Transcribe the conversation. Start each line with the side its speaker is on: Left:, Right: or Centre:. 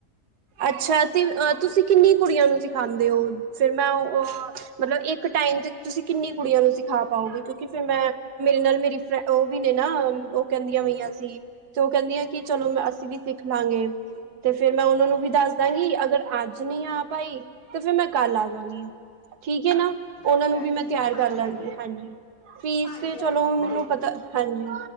Right: ਅੱਛਾ ਤੇ ਅਹ ਤੁਸੀਂ ਕਿੰਨੀ ਕੁੜੀਆਂ ਨੂੰ ਸਿਖਾਉਂਦੇ ਹੋ। ਫਿਰ ਮੈਂ ਓ ਅ ਮਤਲਬ ਇੱਕ ਟਾਈਮ ਤੇ ਤੁਸੀਂ ਕਿੰਨੀ ਕੁੜੀਆਂ ਨੂੰ ਸਿਖਾ ਪਾਓਗੇ ਕਿਉਂਕਿ ਫਿਰ ਮੈਂ ਮੇਰੇ ਨਾਲ ਮੇਰੀ ਫਰੇ ਓ ਵੀ ਨੇ ਨਾ ਓ ਕੈਂਦੀਆਂ ਵਈਆਂ ਸੀ। ਤੇ ਓ ਕੈਂਦੀਆ ਕਿ ਚਲੋ ਮੈਂ ਅਸੀਂ ਵੀ ਸਿੱਖ ਲਵਾਂਗੇ ਤੇ ਫਿਰ ਮੈਂ ਉਹਨਾਂ ਨੂੰ ਵੀ ਦੱਸ ਦਾਂਗੀ ਅਗਰ ਅੱਜ ਨਈ ਆ ਪਾਈ ਤੇ ਫਿਰ ਮੈਂ ਕੱਲ ਆ ਜਾਂਗੀ ਠੀਕ ਏ ਨਾ। ਉਹਨਾਂ
Left: ਅੱਛਾ
Right: ਨੂੰ ਵੀ
Left: ਅੱਛਾ
Right: ਮੈਂ ਤਿਆਰ
Left: ਹਾਂਜੀ
Right: ਕਰ ਲਾਂਗੀ ਹਾਂਜੀ ਫੀਸ
Left: ਹਾਂਜੀ
Right: ਤੇ ਚਲੋ
Left: ਹਾਂਜੀ ਕੋਈ
Right: ਮੈਨੂੰ ਪਤਾ
Left: ਨਹੀਂ
Right: ਹਾਂਜੀ